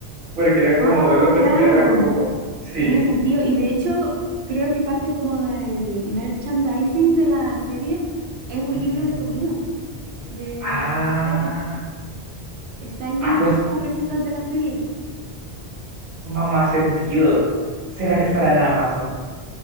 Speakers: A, on the right; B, on the right.
A: porque era
B: Ah,
A: como verlo cocinar,
B: claro,
A: era como, sí.
B: tiene sentido. Y de hecho, creo que parte como del merchandising de la serie es un
A: Ujú.
B: libro de comida. de
A: Ah,
B: recetas. ¿Está el libro
A: ah, pues,
B: con las recetas de la serie?
A: no más sentido. ¿Será que estará en Amazon?